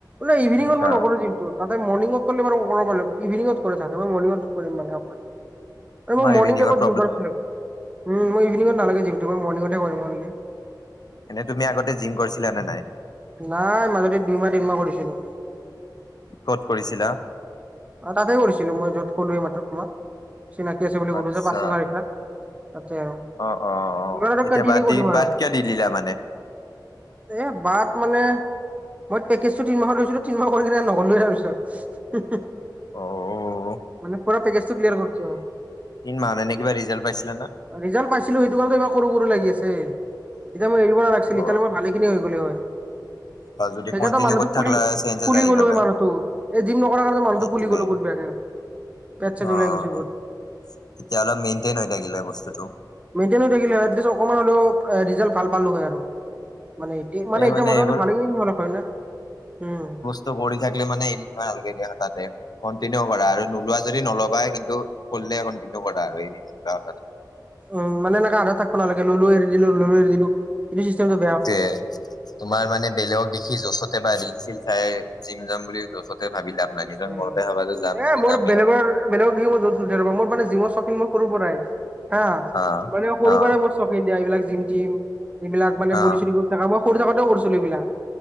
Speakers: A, on the right (about 20°); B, on the left (about 60°).
A: ন ইভিনঙ
B: আচ্ছা
A: মই নকৰো যমটো। তাতে মৰিং ৱাক কৰিলে বাৰু ইভিনিঙত কৰেলোক মণিংৱ কৰিম মানে। এই মোক
B: মাৰ
A: মৰ্ণিং
B: ইভিনিংত
A: টাইমত মই ইভিনিঙত নালাগে জ মই মৰ্ণঙত কৰিমল।
B: এনে তুমি আগতে জিম কৰিছিলা নে নাই?
A: নাই মাজদি দুইমাহ তিনমাহ কৰিছিলো।
B: কত কৰিছিলা?
A: অ তাতে কৰিছিলো মই য'ত ক'লোেই মাত্ৰ তোমাক চিনাকি আছে বুলি
B: আচ্ছা
A: কলো যে ততি আৰু আৰু।
B: অ', অ',
A: এইবাৰ
B: অ' এতিয়া
A: কন্টিনিউ
B: বাদ
A: কৰিম
B: দি
A: আৰু
B: বাদ কিয় দি দিলা মানে?
A: এ বাট মানে মই পেকজ তিমাহ লৈো তিনিমাহ কৰি কিনে নগ'লেৱ তাৰিছত।
B: অ',
A: মানে পৰা পেকেজ তটো ক্লিয়াৰ কৰছো।
B: দিন মানে কিবা ৰিজাল্ট পাইছিলা না?
A: ৰিজাল্ট পাইছিলো সেইটো কাৰণে ইবাৰ কৰু কৰু লাগি আছে এতিয়া মই এৰিব নালাগিছিল এতিয়ালৈ
B: অ',
A: মই ভালে হৈ গ'ল হয়। সেইকাৰণে
B: বা যদি কন্টিনিউ
A: তো মানুহটো
B: কৰি থাকলা
A: ফুলি
B: চেঞ্জেছ
A: ফুলি
B: আহি
A: গ'লো
B: গ'লে
A: হয় মানুহটো এই জিম নকৰা কাৰণে মানুহটো
B: সেইটোৱে
A: ফুলি গ'লো বহুত বেয়াকে। পেত চেত
B: অ'।
A: উলাই গুচি গ'ল।
B: তেতিয়া অলপ মেইনটেইন হৈ থাকিলে হয় বস্তুটো।
A: মেইনটেইন হৈ থাকিলে হৈ আটলিস্ত অকনমান হ'লেও ৰিজাল্ট ভাল পালোঁ হয় আৰু। মানে এতিয়া মানে
B: এই
A: এতিয়া মোটা
B: এইবোৰ
A: মানুহৰ ভালে খিনি হ'লে হয় ন উম।
B: ত পঢ়ি থাকিলে মানে এৰি দিবা নালাগিলে হৈ তাতে। কণ্টিনিউ কৰা আৰু নোলোৱা যদি নলবাই কিন্তু কৰিলে কণ্টিনিউ কৰা আৰু এইটো কথা।
A: উম মানে এনেকা আধাতে থাকিব নালাগে ললো এৰি দিলো ললো এৰি দিলো। <unintelligible>
B: সেইটোয়ে তোমাৰ মানে বেলেগক দেখি য'চতে বা <unintelligible> চাই জিম যাম বুলি। যচতে ভাবি লাভ নাই নিজৰ
A: উম
B: মনতে ভাবা যে যাম
A: এ
B: যদি
A: মোৰ
B: যামেই
A: বেলেগৰ
B: আৰু
A: বেলেগক দেখি মই জছো মোৰ মানে জীৱৰ চৌকিন মোৰ সৰুৰ পৰাই হা
B: অ
A: মানে সৰু
B: অ
A: পৰাই মই ইণ্ডিয় এইবিলাক জিম টিম এইবিলাক মানে
B: অ
A: বৰি চৰি কৰি থাকা সময়ত সৰু থাকোঁতেও কৰিছিলোঁ এইবিলাক।